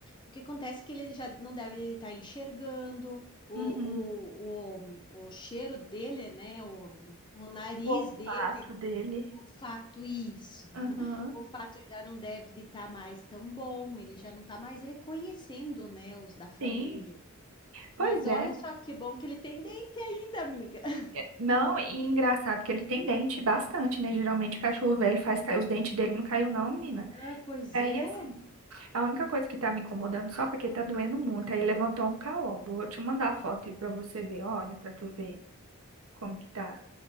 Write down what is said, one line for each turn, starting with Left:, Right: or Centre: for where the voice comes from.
Left: O que acontece é que ele já não deve estar enxergando, o,
Right: Uhum.
Left: o, o, o cheiro dele, né? O, o nariz
Right: O olfato
Left: dele,
Right: dele.
Left: o olfato, isso. <laughs>
Right: Uhum.
Left: O olfato já não deve de estar mais tão bom, ele já não está mais reconhecendo, né, os da família.
Right: Sim. Pois
Left: Mas olha
Right: é.
Left: só que bom que ele tem dente ainda, amiga. <laughs>
Right: É, Não, e engraçado que ele tem dente bastante, né? Geralmente cachorro velho faz cair os dentes dele, não caiu não, menina.
Left: Ah, pois
Right: Aí
Left: é.
Right: assim, A única coisa que tá me incomodando só porque tá doendo muito, aí levantou um calombo. Vou te mandar a foto aí pra você ver, olha, pra tu ver como que tá.